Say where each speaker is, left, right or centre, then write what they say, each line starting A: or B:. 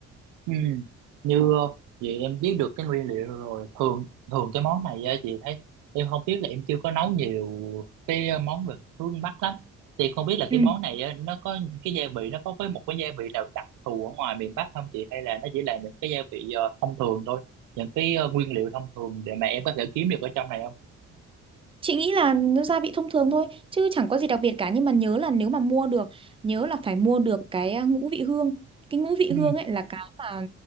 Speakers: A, on the right; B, on the right.
A: Ừ. Như ờ, vậy em biết được cái nguyên liệu rồi thường thường cái món này á, chị thấy em không biết là em chưa có nấu nhiều cái ờ, món về hướng Bắc lắm thì không biết là cái
B: ừ
A: món này á, nó có cái gia vị nó có với một cái gia vị nào đặc thù ở ngoài miền Bắc không chị hay là nó chỉ là những cái gia vị ờ, thông thường thôi những cái ờ, nguyên liệu thông thường để mà em có thể kiếm được ở trong này không
B: Chị nghĩ là nó gia vị thông thường thôi chứ chẳng có gì đặc biệt cả nhưng mà nhớ là nếu mà mua được nhớ là phải mua được cái à, ngũ vị hương cái ngũ vị
A: ừ
B: hương ấy là cái mà